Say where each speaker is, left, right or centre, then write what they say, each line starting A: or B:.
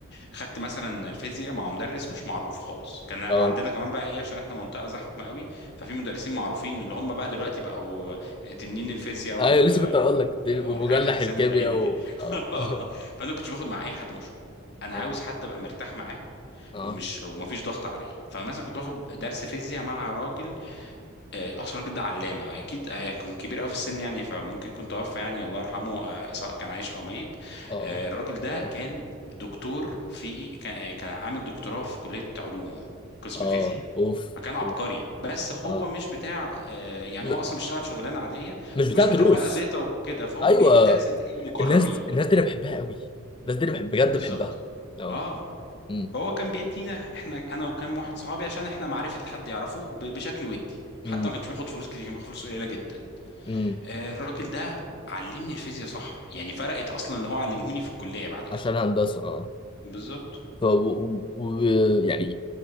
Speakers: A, on the left; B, on the left.
A: خدت مثلا الفيزياء مع مدرس مش معروف خالص كان
B: اه
A: بقى عندنا كمان بقى ايه عشان احنا منطقه زحمه قوي ففي مدرسين معروفين اللي هم بقى دلوقتي بقوا تنين الفيزياء
B: آه،
A: و...
B: ايوه لسه كنت هقول لك دي
A: او
B: مجلح
A: الحاجات الاسامي
B: الكيمياء
A: الغريبه دي
B: و اه
A: <laughs>
B: <laughs>
A: فانا كنتش باخد مع اي حد مشهور انا
B: اه
A: عاوز حد ابقى مرتاح معاه
B: اه
A: ومش ومفيش ضغط عليا فمثلا كنت باخد درس فيزياء مع راجل آه، اصلا الراجل ده علامه اكيد آه، كان كبير قوي في السن يعني فممكن يكون توفى يعني الله يرحمه آه، سواء كان عايش او ميت
B: اه
A: آه، الراجل ده
B: الله
A: كان
B: يرحمه
A: دكتور في كان آه، كان عامل دكتوراه في كليه علوم قسم
B: اه
A: فيزياء
B: اوف
A: فكان عبقري
B: اوف
A: بس هو
B: اه
A: مش بتاع آه، يعني
B: م...
A: هو اصلا بيشتغل شغلانه عاديه
B: مش
A: ومش
B: بتاع دروس
A: بتاع بقى زيطه وكده فهو
B: ايوه
A: بيدي درس للإيه؟ المقربين
B: الناس الناس دي انا بحبها قوي الناس دي انا بحب بجد
A: بالظبط
B: بحبها اه
A: اه
B: امم
A: فهو كان بيدينا احنا انا وكام واحد صحابي عشان احنا معرفه حد يعرفه ب- بشكل ودي
B: امم
A: حتى ما كانش بياخد فلوس كتير كان بياخد فلوس قليله جدا
B: امم
A: آه، الراجل ده علمني الفيزياء صح يعني فرقت اصلا اللي هو علمهوني في الكليه بعد كده
B: عشان هندسه اه
A: بالظبط
B: ف و... و... يعني